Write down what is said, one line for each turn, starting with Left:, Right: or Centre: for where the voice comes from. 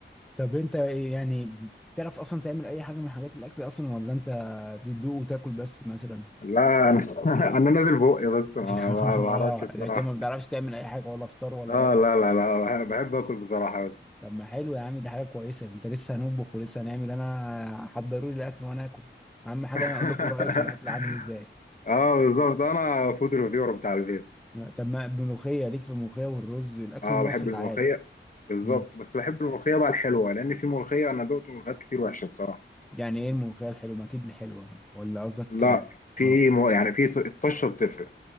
Centre: طب أنت إيه يعني بتعرف أصلا تعمل أي حاجة من حاجات الأكل أصلا ولا أنت بتدوق وتاكل بس مثلا؟
Left: لا انا <laughs> انا نازل بقي بس ما
Centre: <laughs>
Left: ما بعرفش
Centre: اه
Left: بصراحه
Centre: لكن ما بتعرفش تعمل اي حاجه ولا فطار ولا
Left: اه
Centre: غدا
Left: لا لا لا بحب بحب اكل بصراحه بس
Centre: طب ما حلو يا عم دي حاجه كويسه انت لسه هنطبخ ولسه هنعمل انا حضروا لي الاكل وانا اكل اهم حاجه
Left: <laughs>
Centre: انا اقول لكم رايي في الاكل عامل ازاي
Left: اه بالظبط انا فود ريفيور بتاع البيت
Centre: لا، طب ما الملوخيه ليك في الملوخيه والرز الاكل
Left: اه
Centre: المصري
Left: بحب الملوخيه
Centre: العادي
Left: بالظبط
Centre: مم.
Left: بس بحب الملوخيه بقى الحلوه لان في ملوخيه انا دقت ملوخيات كتير وحشه بصراحه
Centre: يعني ايه الملوخيه الحلوه ما اكيد الحلوه ولا قصدك
Left: لا
Centre: يعني
Left: في
Centre: اه
Left: م- يعني في ط- الطشه بتفرق